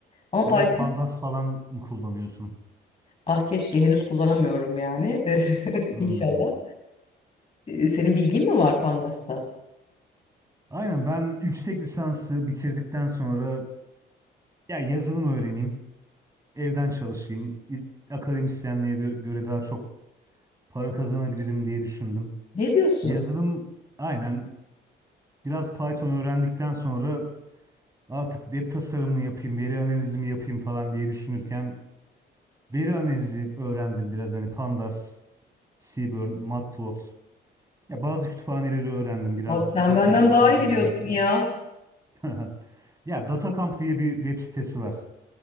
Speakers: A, on the left; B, on the right.
A: Ama Python
B: Böyle Pandas falan mı kullanıyorsun?
A: ah keşke henüz kullanamıyorum yani <laughs>
B: Hmm.
A: inşallah. Ee, Senin bilgin mi var Pandas'ta?
B: Aynen ben yüksek lisansı bitirdikten sonra ya yazılım öğreneyim, evden çalışayım, il- akademisyenliğe de- göre daha çok para kazanabilirim diye düşündüm.
A: Ne diyorsun?
B: Yazılım aynen biraz Python öğrendikten sonra artık web tasarımını yapayım, veri analizimi yapayım falan diye düşünürken veri analizi öğrendim biraz hani Pandas, Seaborn, Matplot. Ya bazı kütüphaneleri öğrendim. Biraz
A: Abi sen
B: ufak
A: benden
B: tefek
A: daha
B: projeler
A: iyi biliyorsun
B: yaptım.
A: ya.
B: <laughs> Ya DataCamp diye bir web sitesi var.